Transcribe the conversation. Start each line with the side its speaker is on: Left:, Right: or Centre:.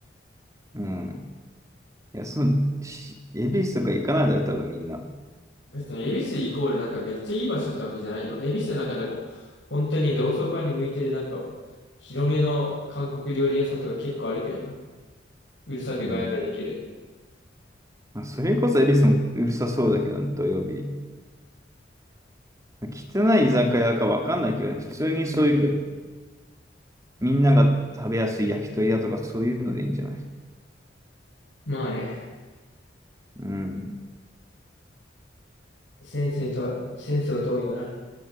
Right: うん。いや、その、し恵比寿とか行かないだろ、多分みんな。
Left: 別に、恵比寿イコールなんかめっちゃいい場所ってわけじゃないよ。恵比寿の中でも、本当に同窓会に向いてるなんか、広めの韓国料理屋さんとか結構あるけどな。うるさくガヤができる。
Right: うん。まあ、それこそ恵比寿もうるさそうだけど、土曜日。汚い居酒屋かわかんないけどね、普通にそういう、みんなが食べやすい焼き鳥屋とかそういうのでいいんじゃない
Left: まあね、
Right: うん。
Left: センスにと、センスを問うよな。